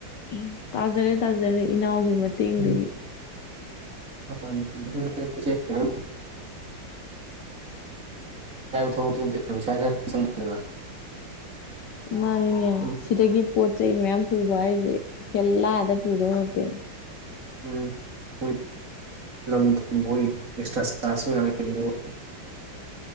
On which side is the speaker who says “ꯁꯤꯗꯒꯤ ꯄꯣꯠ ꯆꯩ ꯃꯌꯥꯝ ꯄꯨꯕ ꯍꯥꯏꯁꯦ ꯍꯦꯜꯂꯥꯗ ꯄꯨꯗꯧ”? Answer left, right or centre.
Left